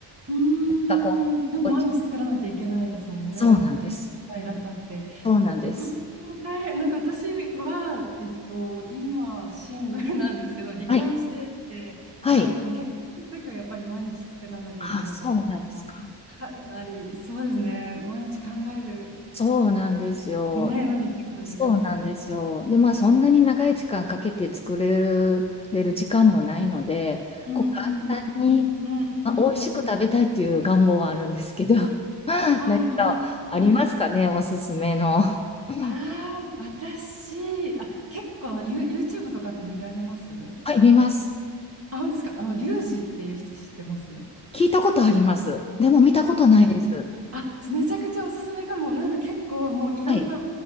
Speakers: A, on the right; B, on the left.
A: うーん。
B: なんかこう、
A: でも毎日作らなきゃいけないですもんね。
B: おいそうなんです。
A: いらっしゃって。
B: そうなんです。
A: うん大変。なんか私は、えっと、今、シングルなんですけど、離婚してて、
B: はい。はい。
A: まあ、あの結婚の時はやっぱり毎日作らなきゃいけなかったから、
B: あ、そうなんですか。
A: かなり、そうですね、毎日考える、
B: そうなんですよ。
A: ね、のに結構時間取られて。
B: そうなんですよ。で、まあそんなに長い時間かけて作れる、れる時間もないので、
A: うんうんうんうんうんうんうんうんうん
B: こう簡単に、まあ、美味しく食べたいっていう願望はあるんですけど、<laughs>
A: はいはいはいはい。
B: 何かありますかね、おすすめの。<coughs>
A: ああ、私、あ、結構あの、ユ、YouTube とかって見られます
B: はい、見ます。
A: あ、本当ですか。あの、リュウジっていう人知ってます
B: 聞いたことあります。でも見たことないです。
A: あ、めちゃくちゃおすすめかも。なんか結構もういろんな
B: はい。